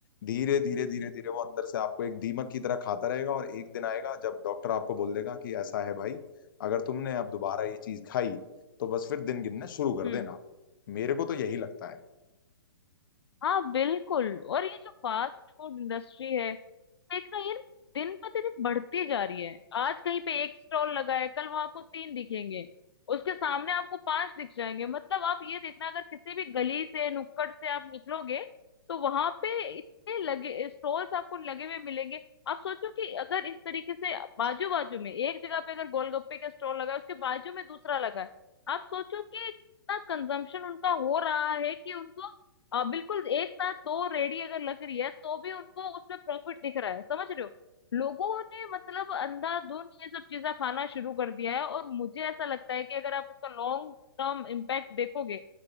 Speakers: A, on the left; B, on the left.
A: धीरे धीरे धीरे धीरे वो अंदर से आपको एक दीमक की तरह खाता रहेगा और एक दिन आएगा जब डॉक्टर आपको बोल देगा कि ऐसा है भाई अगर तुमने अब दोबारा ये चीज खाई तो बस फिर दिन गिनना शुरू कर
B: हम्म
A: देना मेरे को तो यही लगता है
B: हाँ बिल्कुल और ये जो फास्ट फूड इंडस्ट्री है देखना ये ना दिन प्रतिदिन बढ़ती जा रही है आज कहीं पे एक स्टॉल लगा है कल वहां आपको तीन दिखेंगे उसके सामने आपको पांच दिख जाएंगे मतलब आप ये देखना अगर किसी भी गली से नुक्कड़ से आप निकलोगे तो वहां पे इतने लगे स्टॉल्स आपको लगे हुए मिलेंगे आप सोचो कि अगर इस तरीके से बाजू बाजू में एक जगह पे अगर गोलगप्पे का स्टॉल लगा है उसके बाजू में दूसरा लगा है आप सोचो कि इतना कंजम्पशन उनका हो रहा है कि उनको आ, बिल्कुल एक साथ दो रेडी अगर लग रही है तो भी उनको उसमें प्रॉफिट दिख रहा है समझ रहे हो लोगों ने मतलब अंधाधुंध ये सब चीजें खाना शुरू कर दिया है और मुझे ऐसा लगता है कि अगर आप इसका लॉन्ग टर्म इम्पैक्ट देखोगे